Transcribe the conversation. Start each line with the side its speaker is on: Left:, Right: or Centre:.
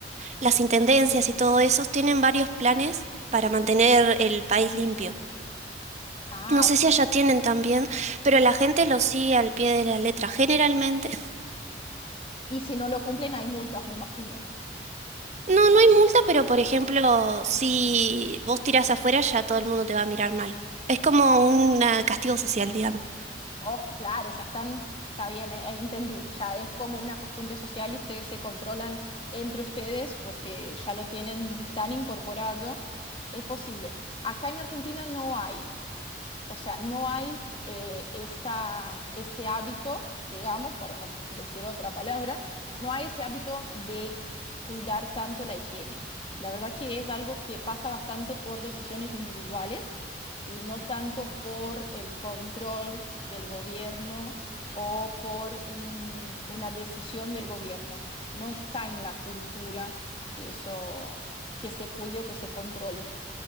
Right: las intendencias y todo eso, tienen varios planes para mantener el país limpio.
Left: Ah,
Right: No sé
Left: o sea,
Right: si allá tienen también, pero la gente lo sigue al pie de la letra generalmente. <laughs>
Left: y si no lo cumplen hay multas, me imagino.
Right: No, no hay multa, pero por ejemplo, si vos tirás afuera, ya todo el mundo te va a mirar mal. Es como un ah, castigo social, digamos.
Left: Oh, claro, ya están, está bien, eh, ahí entendí. Ya es como una costumbre social y ustedes se controlan entre ustedes porque ya lo tienen tan incorporado. Es posible. Acá en Argentina no hay o sea, no hay eh, esa, ese hábito, digamos, para no decir otra palabra, no hay ese hábito de cuidar tanto la higiene. La verdad que es algo que pasa bastante por decisiones individuales y no tanto por el control del gobierno o por un- una decisión del gobierno. No está en la cultura que eso, que se cuide o que se controle.